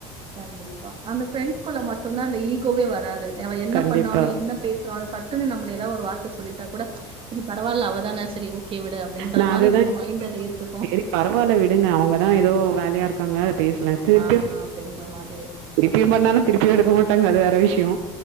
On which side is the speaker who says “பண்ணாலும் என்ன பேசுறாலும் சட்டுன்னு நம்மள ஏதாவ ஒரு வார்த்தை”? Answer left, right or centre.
Right